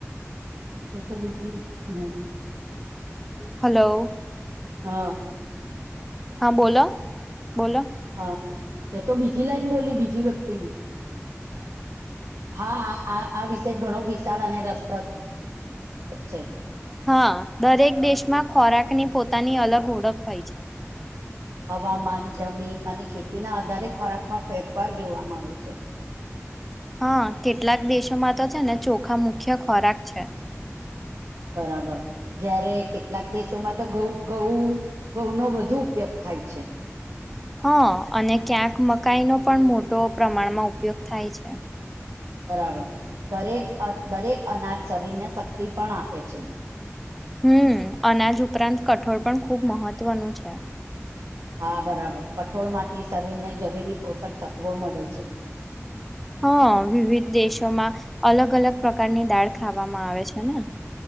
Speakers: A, on the right (about 80°); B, in the centre.
A: એ તો બીજી હા
B: હલો
A: હા
B: હા બોલો બોલો
A: હા એ તો બીજી લાઈન બોલી બીજી વ્યક્તિની હા આ વિષ ઘણો વિશાળ અને રસપ્રદ છે
B: હા દરેક દેશમાં ખોરાકની પોતાની અલગ ઓળખ હોય છે
A: હવામાન જમીન અને ખેતીના આધારે ખોરાકમાં ફેરફાર જોવા મળે છે
B: <inaudible> હા કેટલાક દેશોમાં તો છે ને ચોખા મુખ્ય ખોરાક છે
A: બરાબર જયારે કેટલાક દેશોમાં તોઉ ગઉ ઘઉનોો વધુ ઉપયોગ થાય છે
B: હા અને ક્યાંક મકાઈનો પણ મોટો પ્રમાણમાં ઉપયોગ થાય છે
A: બરાબર દરેક દરેક અનાજ શરીરને શક્તિ પણ આપે છે
B: હમ અનાજ ઉપરાંત કઠોળ પણ ખુબ મહત્વનું છે
A: હા બરાબર કઠોળમાંથી શરીરને જરૂરી પોષક તત્વો મળે છે
B: હા વિવિધ દેશોમાં અલગ અલગ પ્રકારની દાળ ખાવામાં આવે છે ને